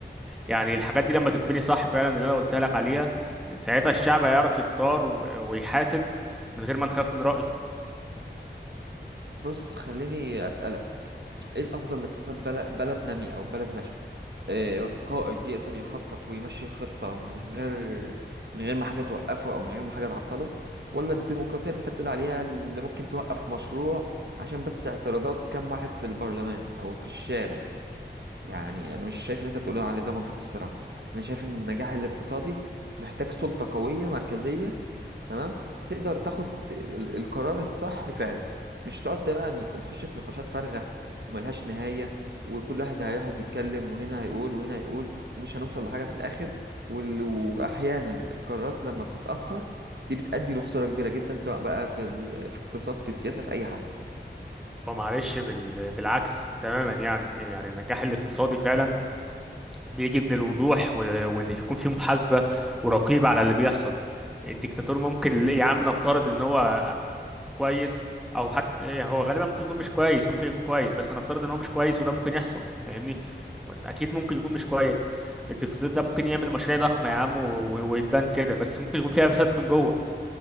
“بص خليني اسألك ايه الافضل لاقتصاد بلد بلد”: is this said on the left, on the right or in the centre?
Right